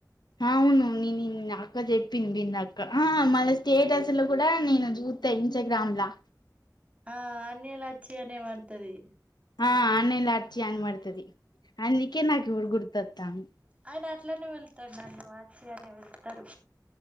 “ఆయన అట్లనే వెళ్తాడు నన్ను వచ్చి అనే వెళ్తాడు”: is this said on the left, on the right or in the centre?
Right